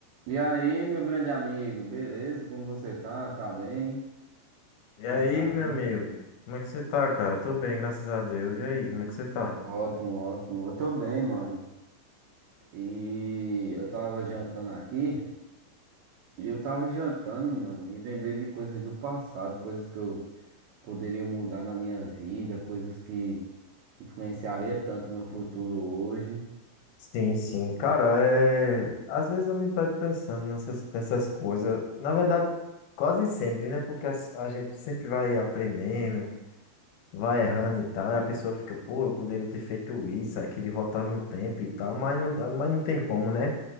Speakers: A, on the right; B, on the left.
A: E aí, meu grande amigo, beleza? Como você tá? Tá bem?
B: E
A: Como
B: aí,
A: tá
B: meu
A: indo?
B: amigo? Como é que você tá, cara? Tô bem, graças a Deus. E aí, como é que você tá?
A: Ótimo, ótimo. Eu tô bem, mano. E eu tava jantando aqui, e eu tava jantando, mano, e lembrei de coisas do passado, coisas que eu poderia mudar na minha vida, coisas que influenciaria tanto o meu futuro hoje.
B: Sim, sim, cara, é... às vezes eu me pego pensando nessas, nessas coisas, na verdade, quase sempre, né? Porque as- a, gente sempre vai aprendendo, vai errando e tal, e a pessoa fica, pô, eu poderia ter feito isso, aí queria voltar no tempo e tal, mas não, mas não tem como, né?